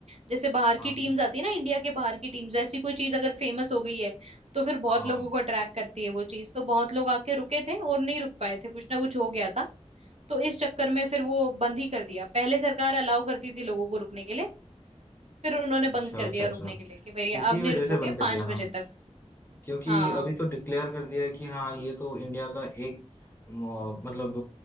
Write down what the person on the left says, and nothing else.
हाँ
हाँ
हाँ,
अच्छा
अच्छा
अच्छा
इसी
वजह
से बंद कर
दिया
हाँ
क्योंकि
अभी तो डिक्लेयर कर दिया है कि हाँ ये तो इंडिया का एक म- मतलब